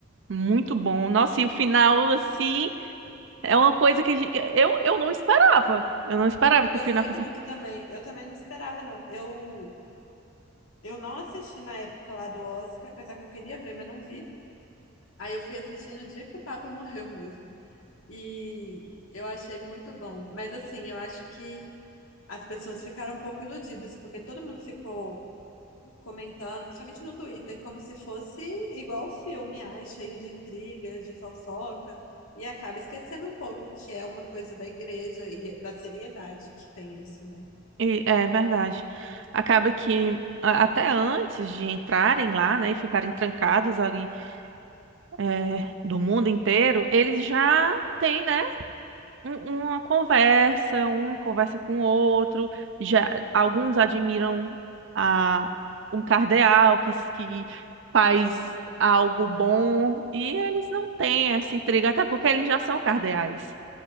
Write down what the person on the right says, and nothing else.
muito bom. Nossa, e o final, assim, é uma coisa que a gente- eu, eu não esperava. Eu não esperava
que
o final
E- É verdade. Acaba que a- até antes de entrarem lá, né, e ficarem trancados ali é, do mundo inteiro, eles já têm, né, um- uma conversa, um conversa com o outro. Já alguns admiram a um cardeal que, s- que faz algo bom e eles não têm essa intriga, até porque eles já são cardeais.